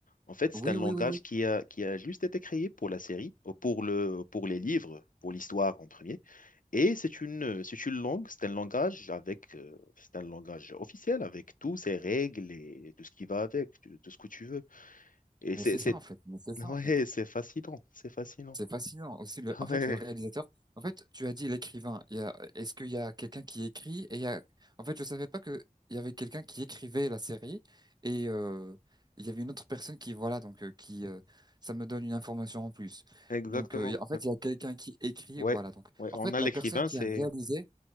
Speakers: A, on the left; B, on the right.
A: En fait, c'est
B: Oui,
A: un langage
B: oui, oui, oui.
A: qui a, qui a juste été créé pour la série, euh, pour le, pour les livres, pour l'histoire en premier. Et c'est une, c'est une langue, c'est un langage avec, euh, c'est un langage officiel avec toutes ses règles et tout ce qui va avec, tout tout ce que tu veux. Et
B: Mais
A: c'est,
B: c'est
A: c'est,
B: ça, en fait. Mais c'est ça,
A: ouais,
B: en fait.
A: c'est fascinant, c'est fascinant.
B: C'est fascinant aussi le,
A: <laughs>
B: en fait le réalisateur. En fait, tu as dit l'écrivain. Il y a, est-ce qu'il y a quelqu'un qui écrit et il y a, en fait, je savais pas que il y avait quelqu'un qui écrivait la série et euh, il y avait une autre personne qui voilà donc euh, qui euh, ça me donne une information en plus.
A: Ouais, exactement.
B: Donc euh, il y a- en fait, il y a quelqu'un qui écrit
A: Ouais,
B: voilà donc
A: ouais,
B: en
A: on
B: fait
A: a
B: la
A: l'écrivain,
B: personne qui
A: c'est,
B: a réalisé